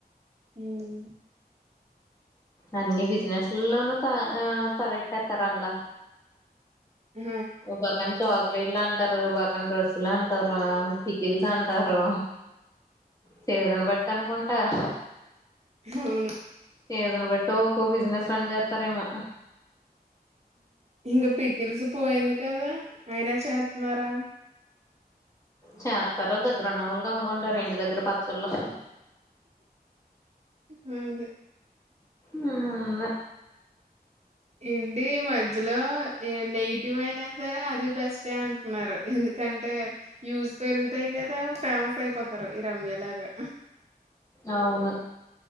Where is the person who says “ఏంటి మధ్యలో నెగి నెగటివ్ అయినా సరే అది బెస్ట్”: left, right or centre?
Right